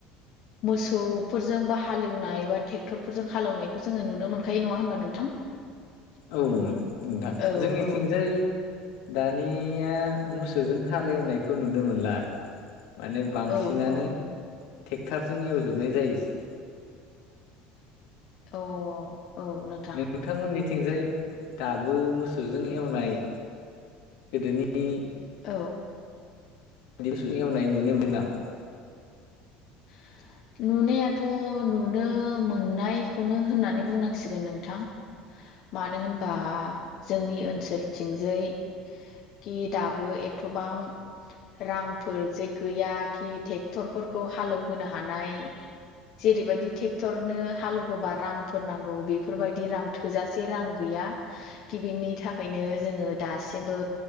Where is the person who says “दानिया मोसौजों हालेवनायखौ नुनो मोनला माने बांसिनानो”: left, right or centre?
Left